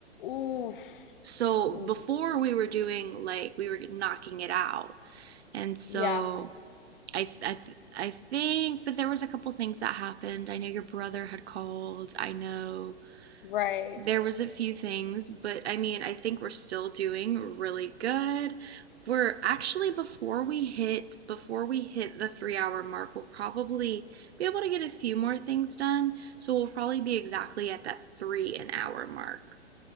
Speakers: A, on the left; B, on the right.
A: Ooh.
B: So
A: Ooh.
B: before we were doing like, we were knocking it out. And so
A: Yeah,
B: I, th- I, th- I think, but there was a couple things that happened. I know your brother had called. I know
A: right.
B: there was a few things, but I mean, I think we're still doing really good. We're actually before we hit before we hit the 3-hour mark, we'll probably be able to get a few more things done. So we'll probably be exactly at that 3 an hour mark